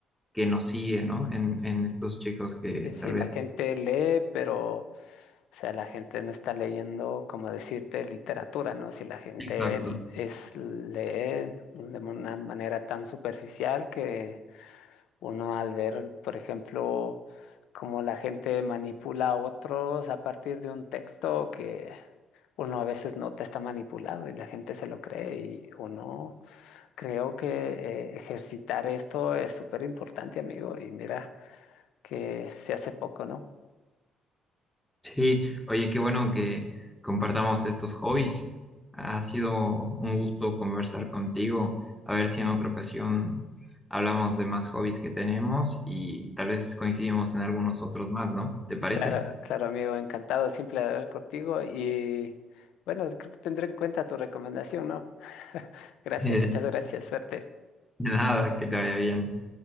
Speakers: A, in the centre; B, on the left.
A: que nos sigue, ¿no? En, en estos chicos que
B: Sí, sí,
A: tal
B: la
A: vez...
B: gente lee, pero, o sea, la gente no está leyendo, como decirte, literatura, ¿no? Si la gente
A: Exacto.
B: l- es, lee de una manera tan superficial que Uno al ver, por ejemplo, cómo la gente manipula a otros a partir de un texto que uno a veces nota está manipulado y la gente se lo cree y uno creo que eh, ejercitar esto es súper importante, amigo. Y mira que se hace poco, ¿no?
A: Sí, oye, qué bueno que compartamos estos hobbies. Ha sido un gusto conversar contigo. A ver si en otra ocasión hablamos de más hobbies que tenemos y tal vez coincidimos en algunos otros más, ¿no? ¿Te parece?
B: Cla- Claro, amigo, encantado siempre de hablar contigo y bueno, creo que tendré en cuenta tu recomendación, ¿no? <laughs>
A: <laughs>
B: Gracias,
A: De
B: muchas gracias, suerte.
A: Nada, que te vaya bien.